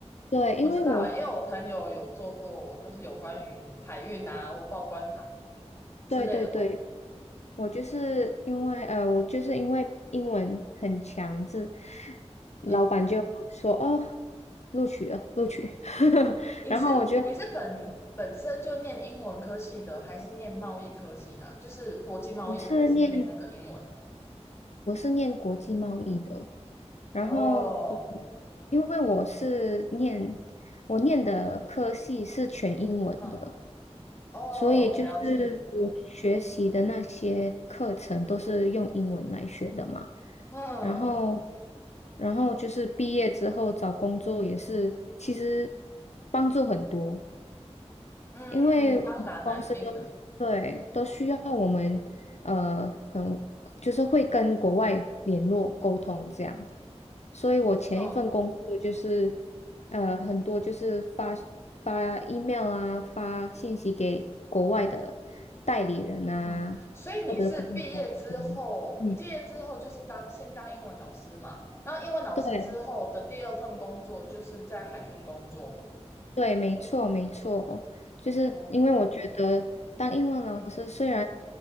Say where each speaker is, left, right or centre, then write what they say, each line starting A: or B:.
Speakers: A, on the left; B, on the left.
A: 对，
B: 我知道啊，
A: 因为我，
B: 因为我朋友有做过，就是有关于海运啊、或报关行啊之类的工作。
A: 对对对，我就是因为呃，我就是因为英文很强，这老板就说哦，
B: 你、
A: 录取了，录取。<laughs>
B: 你、你是你是本本身就念英文科系的，
A: 然后我就
B: 还是念贸易科系的啊就是国际贸易，
A: 我是念
B: 还是念那个英文？
A: 我是念国际贸易的，然后我
B: 哦，
A: 因为我是念我念的科系是全英文的。
B: 嗯，哦，
A: 所以就是我学习的那些课程都是用英文来学的嘛，
B: 了解，嗯
A: 然后，然后就是毕业之后找工作也是，其实帮助很多。
B: 嗯，
A: 因为公司都对都需要我们呃很就是会跟国外联络沟通这样，
B: 当然啦，一定的，
A: 所以我前一份工作就是
B: 哼、
A: 呃很多就是发发 email 啊，发信息给国外的代理人啊，
B: 嗯，所以你是毕业之后，
A: 或者是国外公司。嗯，
B: 毕业之后就是当先当英文老师嘛，然后英文老师之后的第二份工作就是在海运工作嘛。
A: 对对，没错没错，就是因为我觉得当英文老师虽然
B: 哦，嗯，